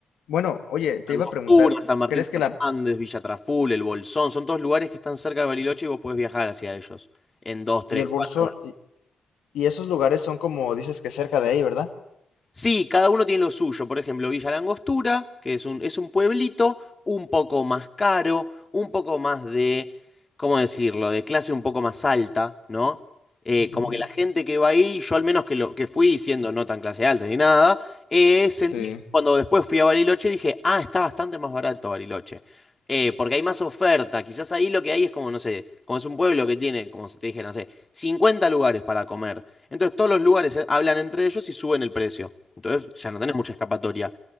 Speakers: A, on the left (about 80°); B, on the left (about 25°).
A: bueno, oye, te
B: Angostura,
A: iba a preguntar,
B: San Martín
A: ¿crees
B: de
A: que
B: los
A: la
B: Andes, Villa Traful, El Bolsón, son todos lugares que están cerca de Bariloche y vos podés viajar hacia ellos en dos, tres,
A: y el bolso
B: cuatro.
A: Y esos lugares son como dices que cerca de ahí, ¿verdad?
B: Sí, cada uno tiene lo suyo. Por ejemplo, Villa Langostura, que es un, es un pueblito un poco más caro, un poco más de, ¿cómo decirlo?, de clase un poco más alta, ¿no? Eh,
A: Ujú,
B: como que la gente que va ahí, yo al menos que, lo, que fui siendo no tan clase alta ni nada, eh, sentí
A: Sí.
B: cuando después fui a Bariloche dije, ah, está bastante más barato Bariloche. Eh, porque hay más oferta. Quizás ahí lo que hay es como, no sé, como es un pueblo que tiene, como si te dije, no sé, 50 lugares para comer. Entonces todos los lugares eh, hablan entre ellos y suben el precio. Entonces ya no tenés mucha escapatoria.